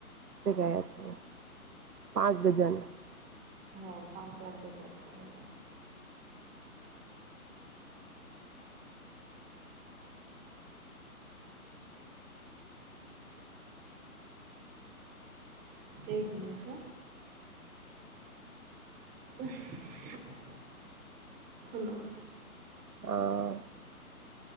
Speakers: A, on the right; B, on the right.
A: તે ગયા છે. પાંચ ગજન
B: હો પાંચ વાગે જતા રે એક મિનિટ હ <inaudible> લો
A: આ